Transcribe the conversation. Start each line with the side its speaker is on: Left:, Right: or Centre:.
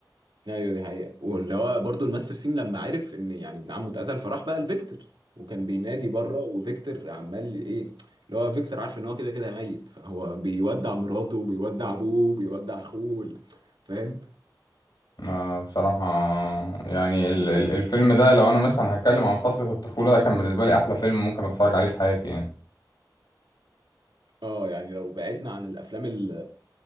Right: ايوه دي حقيقة واللي هو برضو الماستر سين لما عرف ان يعني ابن عمه اتقتل فراح بقى لفيكتور وكان بينادي بره وفيكتور عمال ايه اللي هو فيكتور عارف ان هو كده كده ميت فهو بيودع مراته وبيودع ابوه وبيودع اخوه وال- فاهم
Left: آه بصراحة يعني ال- ال- الفيلم ده لو أنا مثلا هتكلم عن فترة الطفولة ده كان بالنسبة لي أحلى فيلم ممكن أتفرج عليه في حياتي يعني
Right: اه يعني لو بعدنا عن الافلام ال-